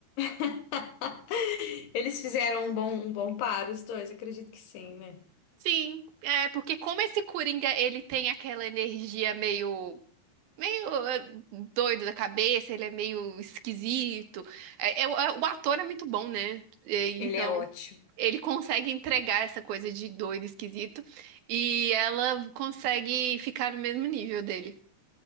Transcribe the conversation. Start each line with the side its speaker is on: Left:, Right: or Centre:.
Left: <laughs> Eles fizeram um bom, um bom par, os dois, acredito que sim, né?
Right: Sim, é porque como esse Coringa, ele tem aquela energia meio meio é, doido da cabeça, ele é meio esquisito. é- é- o ator é muito bom, né? É, Então
Left: Ele é ótimo.
Right: ele consegue entregar essa coisa de doido, esquisito, e ela consegue ficar no mesmo nível dele.